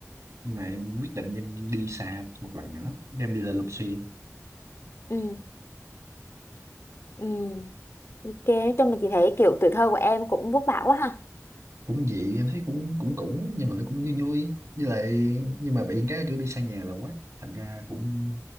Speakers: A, on the right; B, on the left.
A: nhưng mà em quyết định em đi xa một lần nữa em đi lên Long Xuyên
B: ừ ừ ok nói chung mà chị thấy kiểu tuổi thơ của em cũng vất vả quá ha
A: cũng dị em thấy cũng cũng cũng nhưng mà nó cũng vui vui với lại nhưng mà bị cái kiểu đi xa nhà là quá thành ra cũng